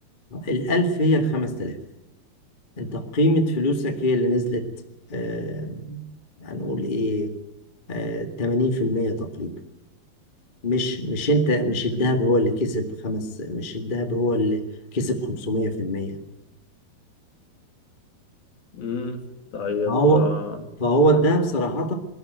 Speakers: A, on the left; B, on the left.
A: الألف هي الخمس تلاف انت قيمة فلوسك هي اللي نزلت آه، هنقول ايه آه، تمانين في المية تقريبا مش مش انت مش الذهب هو اللي كسب خمس مش الذهب هو اللي كسب خمسمية في المية
B: امم طيب
A: فهو
B: آه،
A: فهو الذهب صراحة